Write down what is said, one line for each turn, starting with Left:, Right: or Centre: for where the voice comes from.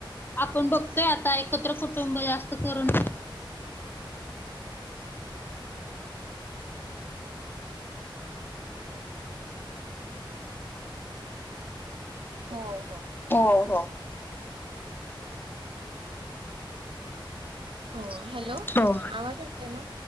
Left: आपण बघतोय आता एकत्र कुटुंब जास्त करून.
Right: हो हो,
Left: हो हो.
Right: हो, हॅलो?
Left: हो.
Right: आवाज येतय ना?